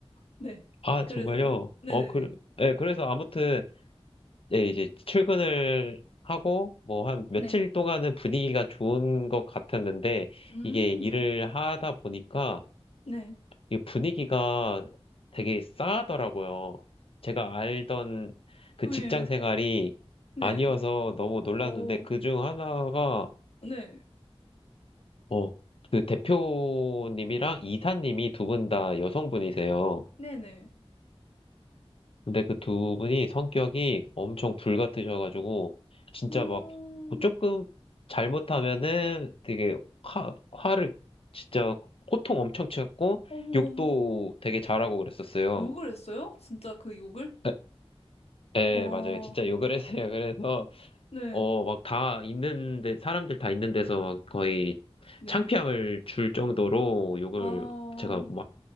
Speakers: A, on the left; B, on the left.
A: 네.
B: 아
A: 그래서요?
B: 정말요
A: 네네네.
B: 어 그, 예, 그래서 아무튼 예, 이제 출근을 하고 뭐 한 며칠
A: 네.
B: 동안은 분위기가 좋은 것 같았는데
A: 음,
B: 이게 일을 하다 보니까
A: 네.
B: 이 분위기가 되게 싸하더라고요 제가 알던 그
A: 네.
B: 직장 생활이
A: 네.
B: 아니어서 너무 놀랐는데
A: 오,
B: 그 중 하나가
A: 네.
B: 어, 그 대표님이랑 이사님이 두 분 다 여성분이세요.
A: 네네.
B: 근데 그 두 분이 성격이 엄청 불같으셔가지고, 진짜
A: 음,
B: 막뭐 조금 잘못하면은 되게 화, 화를 진짜 호통 엄청 치고,
A: 어머,
B: 욕도
A: 어머.
B: 되게 잘하고 그랬었어요.
A: 욕을 했어요? 진짜 그 욕을?
B: 에, 에,
A: 와,
B: 맞아요. 진짜 욕을 했어요. 그래서,
A: 네,
B: 어, 막 다 있는데, 사람들 다 있는 데서 막 거의
A: 네.
B: 창피함을 줄 정도로 욕을
A: 아, 헉,
B: 제가